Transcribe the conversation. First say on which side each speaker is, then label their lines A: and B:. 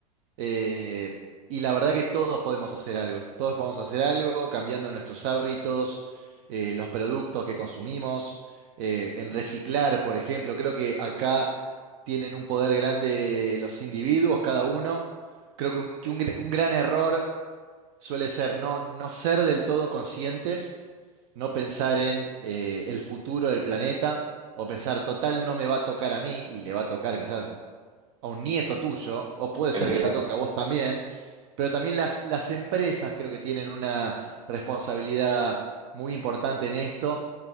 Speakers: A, on the right; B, on the right.
A: eh, y la verdad que todos podemos hacer algo, todos podemos hacer algo cambiando nuestros hábitos, eh, los productos que consumimos, eh, en reciclar, por ejemplo. Creo que acá tienen un poder grande los individuos, cada uno. Creo que un, que un gr- un gran error suele ser no, no ser del todo conscientes, no pensar en eh, el futuro del planeta o pensar, total, no me va a tocar a mí y le va a tocar quizás a un nieto tuyo, o puede
B: <laughs> El,
A: ser
B: desa-
A: que te toque a vos también, pero también las, las empresas creo que tienen una responsabilidad muy importante en esto,